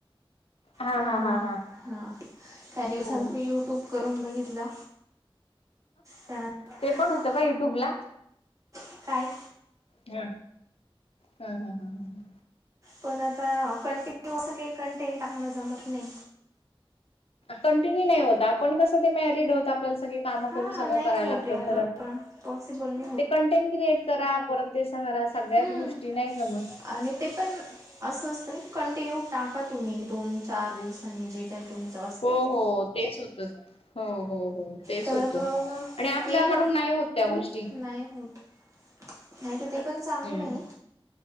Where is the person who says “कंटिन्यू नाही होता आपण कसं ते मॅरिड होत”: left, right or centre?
Left